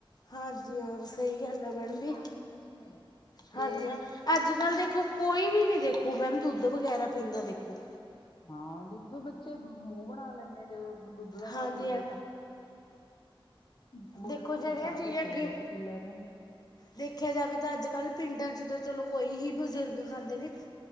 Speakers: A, on the left; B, on the left.
A: ਹਾਂਜੀ ਹਾਂ ਸਹੀ ਗੱਲ ਐ ਮੈਡਮ ਵੀ
B: ਕੇ ਖੁਸ਼ ਨੇ
A: ਹਾਂਜੀ
B: ਤੇ
A: ਹਾਂ ਅੱਜ ਕੱਲ੍ਹ ਦੇਖੋ ਕੋਈ ਵੀ ਨੀ ਦੇਖੋ ਮੈਮ ਦੁੱਧ ਵਗੈਰਾ ਪੀਂਦਾ ਦੇਖੋ
B: ਹਾਂ ਦੁੱਧ ਬੱਚੇ ਮੂੰਹ ਬਣਾ ਲੈਂਦੇ ਨੇ ਜੇ ਓਹ ਦੁੱਧ ਦਾ
A: ਹਾਂਜੀ
B: ਨਾਮ ਲਈਏ
A: ਹਾਂ
B: ਤਾਂ। ਕੋਲਡਰਿੰਕ
A: ਦੇਖੋ ਜਿਹੜੀਆਂ
B: ਫੜਾ
A: ਚੀਜ਼ਾਂ
B: ਦੋ
A: ਅੱਗੇ
B: ਖੁਸ਼ ਹੋ ਕੇ ਪੀ ਲੈਣਗੇ।
A: ਦੇਖਿਆ ਜਾਵੇ ਤਾਂ ਅੱਜ ਕੱਲ੍ਹ ਪਿੰਡਾਂ ਚ ਤਾਂ ਚਲੋ ਕੋਈ ਹੀ ਬਜ਼ੁਰਗ ਖਾਂਦੇ ਨੇ